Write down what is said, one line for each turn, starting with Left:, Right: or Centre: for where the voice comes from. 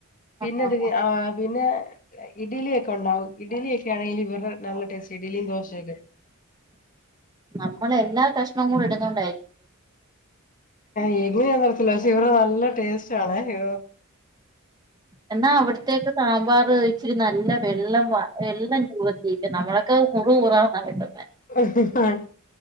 Left: പിന്നെത്
Right: ആഹ് ആഹ് ആഹ്
Left: ആ പിന്നെ ഇഡലിയൊക്കെ ഉണ്ടാവും, ഇഡലിയഒക്കെ ആണെങ്കിൽ ഇവര് നല്ല ടേസ്റ്റ് ഇഡലി ദോശയൊക്കെ.
Right: നമ്മൾ, എല്ലാ കഷ്ണവും ഇടുന്നൊണ്ട്.
Left: യെങ്ങനെ അറിയത്തില്ല പശേ ഇവിടെ നല്ല ടേസ്റ്റാണെ യോ
Right: എന്നാ അവിട്ത്തേക്ക് സാമ്പാറിച്ചിരി നല്ല ല്ല വെള്ളം വ വെള്ളം <unintelligible> നമ്മളക്കെ ഉറു ഉറന്നായിട്ടല്ലെ
Left: ഉം അ ആ